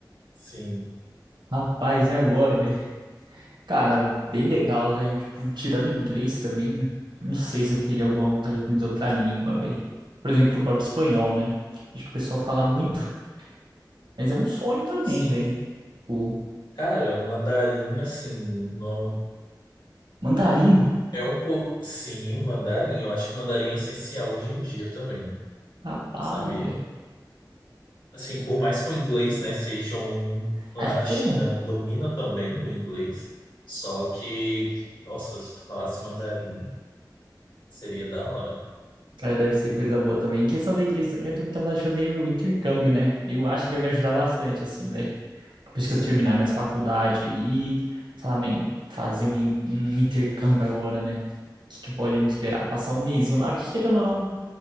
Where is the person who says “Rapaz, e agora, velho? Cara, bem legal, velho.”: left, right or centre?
Right